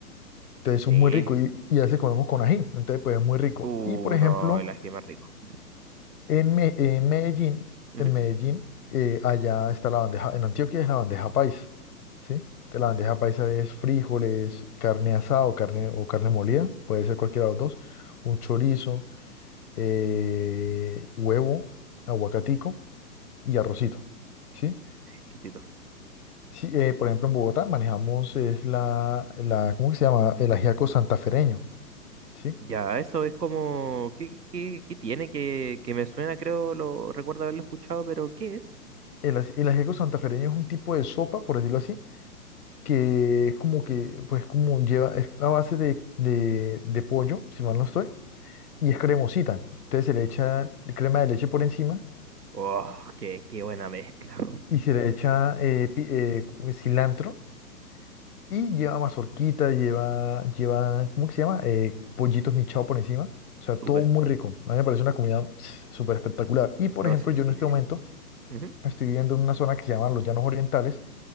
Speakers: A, on the left; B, on the right.
A: Entonces,
B: Sí.
A: es muy rico y, y a veces comemos con ají, entonces, pues es muy rico.
B: Uh,
A: Y, por ejemplo,
B: no, el ají es más rico.
A: En, Me- en Medellín,
B: Ujú,
A: en Medellín, eh, allá está la bandeja, en Antioquia es la bandeja paisa, ¿sí? De la bandeja paisa es frijoles, carne asada o carne, o carne molida, puede ser cualquiera de los dos, un chorizo, eh, huevo, aguacatico y arrocito, ¿sí?
B: Exquisito.
A: Sí, eh, por ejemplo, en Bogotá manejamos es la, la, ¿cómo que se llama? El ajiaco santafereño, ¿sí?
B: Ya, eso es como. ¿Qué, qué, qué tiene que, que me suena? Creo lo recuerdo haberlo escuchado, pero ¿qué es?
A: El, aj- el ajiaco santafereño es un tipo de sopa, por decirlo así, que es como que, pues como lleva, es a base de, de, de pollo, si mal no estoy, y es cremosita. Entonces se le echa crema de leche por encima
B: Oh, qué, qué buena mezcla. <laughs> weón.
A: y se le echa eh, pi- eh, como es cilantro y lleva mazorquita, lleva, lleva, ¿cómo que se llama? Eh, pollitos michao por encima. O sea, todo
B: Súper.
A: muy rico. A mí me parece una comida pss, súper espectacular. Y por
B: No,
A: ejemplo,
B: sí,
A: yo
B: tiene.
A: en este momento
B: Ujú.
A: estoy viviendo en una zona que se llama Los Llanos Orientales